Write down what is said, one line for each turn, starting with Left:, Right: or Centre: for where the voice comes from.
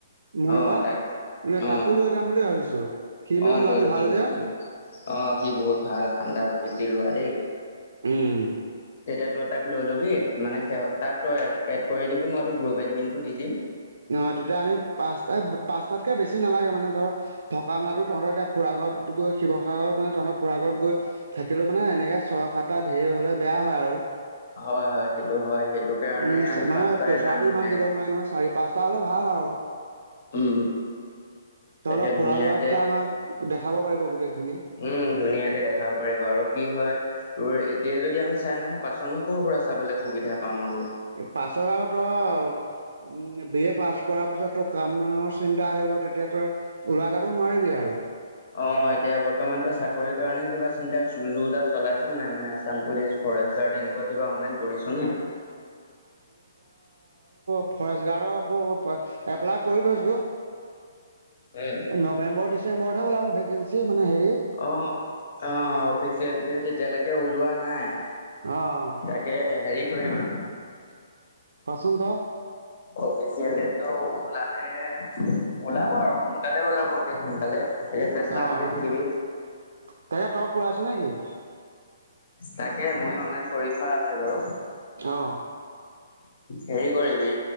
Right: মোৰ
Left: অ
Right: লগত,
Left: তাক
Right: মানে
Left: অ
Right: তাকো লৈ যাম বুলি ভাবিছো। সি মানে
Left: অ
Right: ল'ৰাটো
Left: লৈ লবি
Right: ভাল
Left: লৈ
Right: যে
Left: লবি। অ সি বহুত ভাল ঠাণ্ডা প্ৰকৃতিৰ ল'ৰা দেই।
Right: উম।
Left: তেতিয়া তই তাক লৈ লবি মানে তাক তই এড কৰি দিবি মই তোৰ গ্ৰুপ এডমিনটো দি দিম।
Right: অ তেতিয়া আমি পাঁচতাই পাঁচটাতকে বেছি নালাগে মানে ধৰ থকা মেলা তহঁতৰ এতিয়া খুৰা ঘৰ। ঘৰত গৈ শিৱসাগৰত মানে তহঁতৰ খুৰা ঘৰত গৈ থাকিলেও মানে, এনেকে ছয় সাতটা ধেৰ হ'লে বেয়া হয় আৰু।
Left: হয়, হয়, সেইটো হয়। সেইটো কাৰণে
Right: উম
Left: আমি
Right: মানে
Left: পাঁচটাই
Right: প্ৰেচাৰটো
Left: যাম আৰু
Right: ইমান
Left: দে
Right: দিব নোৱাৰি। নহয় চাৰি পাঁচটা হ'লে ভাল আৰু।
Left: উম
Right: তহঁতৰ
Left: তাকে
Right: খুৰা
Left: ধুনীয়াকে।
Right: ল'ৰা তেতিয়া আমাক দেখাব পাৰিব গোটেইখিনি।
Left: উম ধুনীয়াকে দেখাব পাৰিব আৰু কি হয় তোৰ। এতিয়া যদি আমি চাই নাহো। পাচত নো ক'ৰ পৰা চাবলৈ সুবিধা। পাম আৰু
Right: পাছত আৰু তই। উম বি এ পাছ কৰাৰ পিছত তই কামৰ চিন্তা আহিব। তেতিয়া তই ওলাই যাব নোৱাৰিবি আৰু।
Left: অ এতিয়া বৰ্তমান তো চাকৰি কাৰণে কিবা চিন্তা লো যা চলাইছ নাই মানে আছাম পুলিচ। ফৰেষ্ট গাৰ্ড এনেকুৱা কিবা অনলাইন কৰিছ নে?
Right: ফৰেষ্টগাৰ্ডৰ <unintelligible> এপ্লাই কৰি থৈছো,
Left: উম।
Right: নৱেম্বৰ ডিচে বৰ্তমান ওলাব, ভেকেঞ্চি। মানে হেৰি
Left: অ', অ, অফিচিয়েল ডেট এতিয়ালৈকে ওলোৱা নাই।
Right: অ'।
Left: তাকে, হেৰি কৰিম আৰু।
Right: কচোন ক' অ',
Left: অফিচিয়েল ডেটটো ওলালে, ওলাব আৰু সোনকালে ওলাব অতি সোনকালে। তাকে চেষ্টা
Right: অ',
Left: কৰি
Right: অ'।
Left: থাকিবি
Right: তাকে, তই <unintelligible> নেকি?
Left: তাকে, মইও অনলাইন কৰি থোৱা আছে বাৰু।
Right: অ'।
Left: হেৰি কৰিবি,